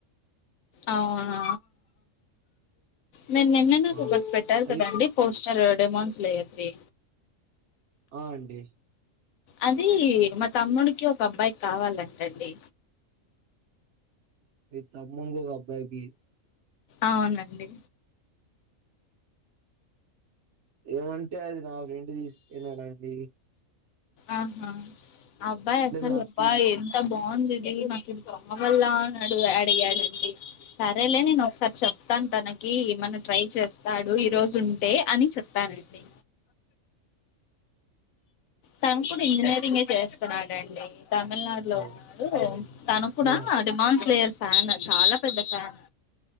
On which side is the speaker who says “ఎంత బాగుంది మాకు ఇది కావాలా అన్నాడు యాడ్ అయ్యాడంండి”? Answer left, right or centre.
Left